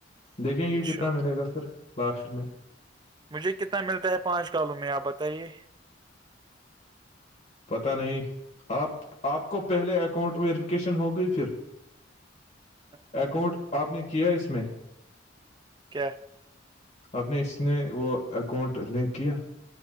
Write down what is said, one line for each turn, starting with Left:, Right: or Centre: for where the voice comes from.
Left: دیکھیں
Right: انشاء
Left: گے کتنا
Right: اللہ
Left: ملے گا پھر لاسٹ میں
Right: مجھے کتنا ملتا ہے پانچ کالوں میں آپ بتائیے
Left: پت نہیں آپ آپ کو پہلے اکاؤنٹ ویریفکیشن ہوگئی پھر
Right: <unintelligible>
Left: اکاؤنٹ آپ نے کیا اس میں
Right: کیا
Left: آپ نے اس نے وہ اکاؤنٹ لنک کیا